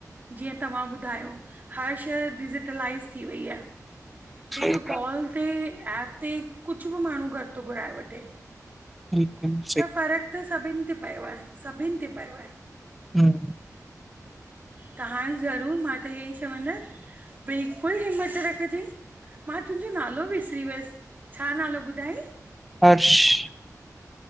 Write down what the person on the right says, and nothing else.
जीअं तव्हां ॿुधायो। ॿुधायो, हर शै डिजिटलाइज़ थी वई आहे। हिकु
कॉल हुते एप ते कुछ बि माण्हू घरु थो घुराए वठे।
त फ़रकु त सभिन ते पयो आहे, सभिनि ते पयो आहे।
त हाणे ज़रूर मां त इअं ई चवंदसि, बिल्कुलु हिम्मत रखजेंई। मां तुंजो नालो विसरी वियसि, छा नालो ॿुधाई?